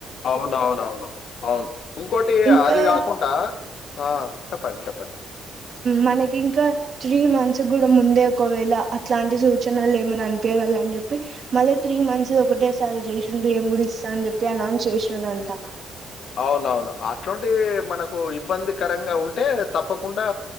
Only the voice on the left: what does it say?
అవునవునవును అవును ఇంకోటి
అది కాకుండా ఆ చెప్పండి చప్పత్
అవునవును అటువంటి మనకు ఇబ్బందికరంగా ఉంటే తప్పకుండా